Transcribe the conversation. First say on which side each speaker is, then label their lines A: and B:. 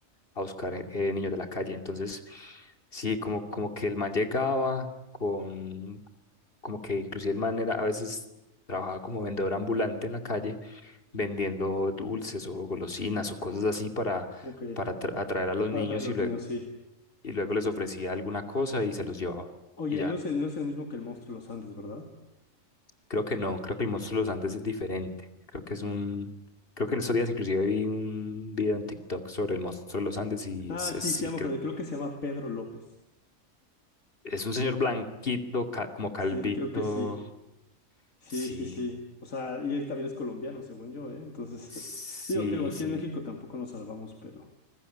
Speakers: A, on the left; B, on the left.
A: a buscar eh, niños de la calle. Entonces, sí, como, como que el man llegaba con, como que inclusive el man era, a veces trabajaba como vendedor ambulante en la calle, vendiendo dulces o golosinas o cosas así para,
B: Ok.
A: para atra- atraer a los
B: Ah,
A: niños
B: traen los
A: y, lue-
B: niños, sí.
A: y luego les ofrecía alguna cosa y se los llevaba.
B: Oye,
A: Y ya,
B: él no es el, no es el mismo que el monstruo de los Andes, ¿verdad?
A: creo que no, creo que el monstruo de los Andes es diferente. Creo que es un... Creo que en estos días inclusive vi un video en TikTok sobre el monstruo de los Andes y
B: Ah,
A: es, es-
B: sí,
A: sí,
B: que ya
A: creo
B: me acordé. Creo que se llama Pedro López.
A: Es un señor
B: El-
A: blanquito, ca- como calvito.
B: Sí, creo que sí. Sí,
A: Sí,
B: sí, sí. O sea, y él también es colombiano, según yo, ¿eh? Entonces,
A: sí,
B: <laughs> digo, te digo, aquí
A: sí.
B: en México tampoco nos salvamos, pero,